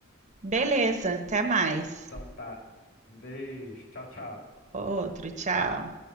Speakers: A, on the right; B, on the left.
A: beleza, até mais.
B: Então tá, um beijo, tchau, tchau.
A: Outro, tchau.